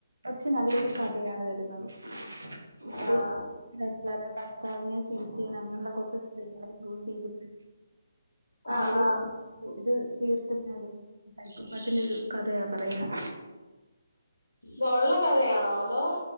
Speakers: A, on the right; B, on the left.
A: പക്ഷെ നല്ലൊരു കഥയാണ് വരുന്നത്. <unintelligible>
B: ആഹ്
A: ഭർത്താവിനെ ത്തീൻ അങ്ങനെള്ള കൊർച്ച് സ്ത്രീകളെ ചൂസ് ചെയ്തിട്ട്
B: ആഹ്
A: അവരോ
B: ആഹ്
A: ഇത് തീർക്ക്ന്നത്. സൈക്കോപാത്ത്ന്റെ ഒരു കഥയാ പറയുന്നേ.
B: ത് ഒള്ള കഥയാണോ അതോ